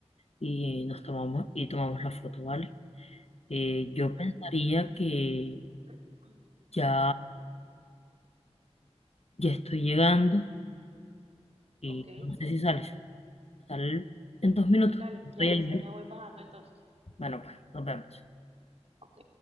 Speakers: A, on the left; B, on the right.
A: Y nos tomamos y tomamos la foto, ¿vale? Eh, yo
B: bueno,
A: pensaría que
B: <clears throat>
A: ya, ya estoy llegando y
B: ok.
A: no sé si sales. Sal en dos minutos.
B: Dale,
A: Estoy
B: ya voy,
A: ahí, ¿vale?
B: ya voy bajando entonces.
A: Bueno, pues nos vemos.
B: Ok.